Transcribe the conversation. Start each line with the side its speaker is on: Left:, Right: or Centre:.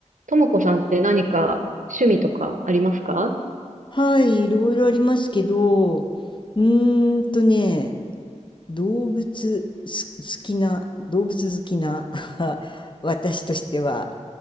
Right: ともこさんって何か趣味とかありますか
Left: はい、いろいろありますけど、うーんとね、動物す好きな、動物好きな <laughs> 私としては、